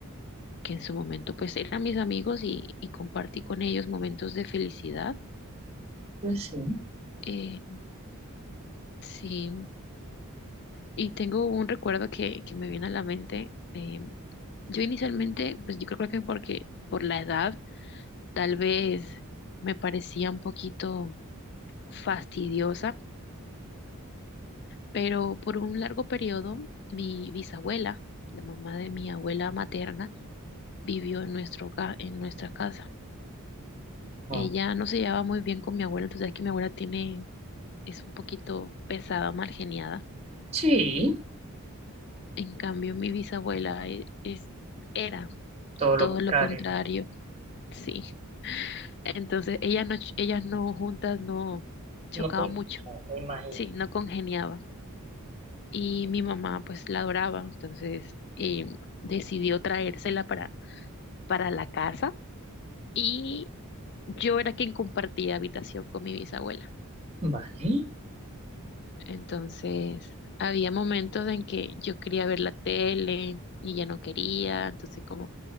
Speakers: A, on the left; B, on the right.
A: que en su momento pues eran mis amigos y, y compartí con ellos momentos de felicidad.
B: pues sí.
A: Eh, sí, y tengo un recuerdo que, que me viene a la mente. eh, yo inicialmente, pues yo creo que porque por la edad Tal vez me parecía un poquito fastidiosa, pero por un largo periodo mi bisabuela, la mamá de mi abuela materna, vivió en nuestro, hogar- en nuestra casa.
B: Ah,
A: Ella no se llevaba muy bien con mi abuela, entonces es que mi abuela tiene, es un poquito pesada, malgeniada.
B: Sí,
A: En cambio, mi bisabuela e- es, era
B: todo lo
A: todo
B: contrario.
A: lo contrario, sí. Entonces, ellas no, ch- ellas no juntas no chocaban
B: No confundía,
A: mucho,
B: me imagino.
A: sí, no congeniaban. y mi mamá pues la adoraba, entonces eh, decidió traérsela para, para la casa y yo era quien compartía habitación con mi bisabuela.
B: Vale,
A: Entonces había momentos en que yo quería ver la tele y ya no quería, entonces como